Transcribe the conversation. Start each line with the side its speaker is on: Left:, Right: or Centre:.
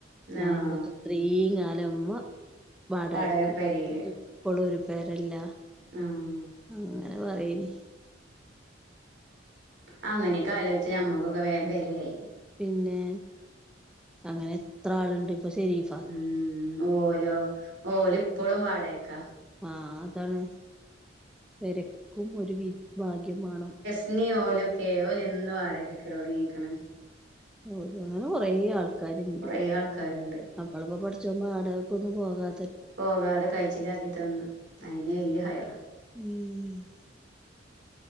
Centre: ഏ
Right: ആഹ്
Centre: ന്ന്ട്ട് ഇത്രീ കാലം മ്മ വാടകക്ക്
Right: വാടക പെരേല്
Centre: ഇപ്പളും ഒരു പെരല്ല
Right: ആഹ്
Centre: അങ്ങനെ പറയേനി
Right: അങ്ങനെയൊക്കെ ആലോചിച്ചാ നമ്മക്കൊക്കെ വേ പെരേ ആയി
Centre: പിന്നെ അങ്ങനെ എത്ര ആളുണ്ട് ഇപ്പൊ ശെരീഫ്
Right: മ് ഓലോ ഓല് ഇപ്പളും വാടകക്ക
Centre: ആ അതാണ് പെരക്കും ഒരു വിധി ഭാഗ്യം വേണം
Right: ഇണ്ണി ഓലൊക്കെ ഓലന്ന് വാടകക്ക് നിക്കല് തൊടങ്ങീക്ക്ണ്
Centre: ഓ അങ്ങനെ കൊറേ ആൾക്കാരുണ്ട്
Right: കുറേ ആൾക്കാരുണ്ട്
Centre: നമ്മളെപ്പോ പടച്ചോൻ വാടകക്കൊന്നും പോകാ
Right: പോകാതെ കഴിച്ചിലാക്കി തന്ന് അതെന്നെ വല്യ ഹൈറാ
Centre: ഉം